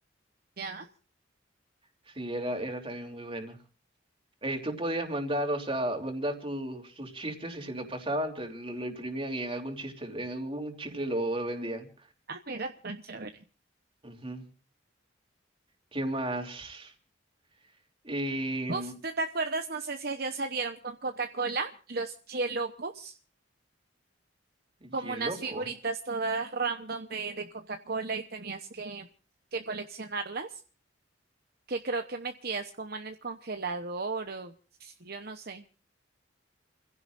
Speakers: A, on the right; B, on the right.
A: Ya.
B: Sí, era, era también muy bueno. Eh, tú podías mandar, o sea, mandar tus, tus chistes y si lo pasaban, te lo, lo imprimían y en algún chiste, en algún chicle lo vendían.
A: Ah, mira, tan chévere.
B: Ujú. ¿Qué más? Y,
A: Uf, ¿tú te acuerdas? No sé si allá salieron con Coca-Cola, los Yelocos,
B: y
A: como unas
B: loco.
A: figuritas todas random de, de Coca-Cola y tenías que, que coleccionarlas, que creo que metías como en el congelador o yo no sé.